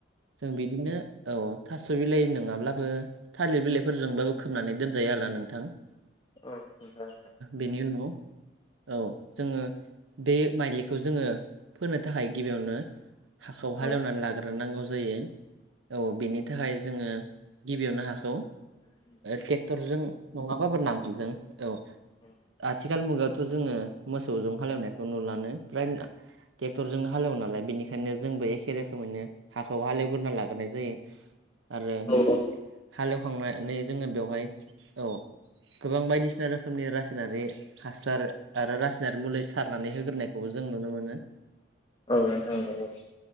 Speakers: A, on the right; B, on the left.
A: जों बिदिनो औ थास' बिलाइ नङाब्लाबो, थालिर बिलाइफोरजोंबाबो खोबनानै दोनजायो आरो ना नोंथां।
B: औ नोंथां औ नोंथां
A: बेनि उनाव, औ जोङो बे मायलिखौ जोङो फोनो थाखाय गिबियावनो हाखौ हालेवनानै
B: नोंथां औ
A: लाग्रोनांगौ जायो औ बेनि थाखाय जोङो। गिबियावनो हाखौ ट्रेक्टरजों नङाबाबो नांगोलजों औ
B: औ
A: आथिखाल मुगायावथ' जोङो मोसौजों खानायखौ नुलानो फ्राय ट्रेक्टरजोंनो हालेवो नालाय बेनिखायनो जोंबो एखे रोखोमैनो हाखौ हालेवग्रोना लाग्रोनाय जायो। आरो
B: औ
A: हालेवखांनानै जोङो बेवहाय औ गोबां बायदिसिना रोखोमनि रासायनारि, हासार आरो रासायनारि मुलि सारनानै होग्रोनायखौबो जों नुनो मोनो,
B: औ नोंथां नोंगौ।